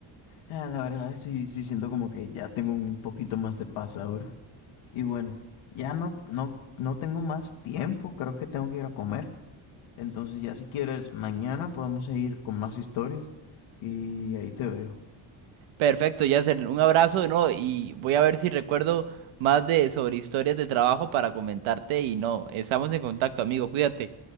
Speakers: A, on the left (about 85°); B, on the right (about 80°).
A: ah, la verdad sí, sí siento como que ya tengo un poquito más de paz ahora. Y bueno, ya no, no, no tengo más tiempo, creo que tengo que ir a comer. Entonces ya si quieres, mañana podemos seguir con más historias y ahí te veo.
B: Perfecto, Yasser, un abrazo de nuevo y voy a ver si recuerdo más de sobre historias de trabajo para comentarte y no, estamos en contacto, amigo, cuídate.